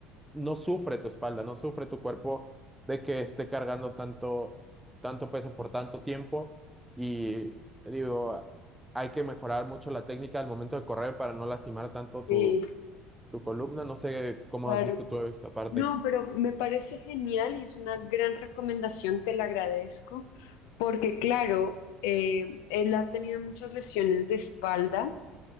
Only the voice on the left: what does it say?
sí,
claro.
No, pero me parece genial y es una gran recomendación, te la agradezco, porque claro, eh, él ha tenido muchas lesiones de espalda